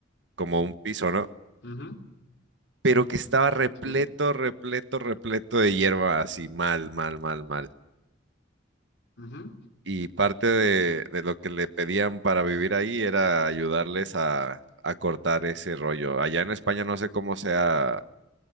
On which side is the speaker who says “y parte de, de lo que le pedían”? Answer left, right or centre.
Right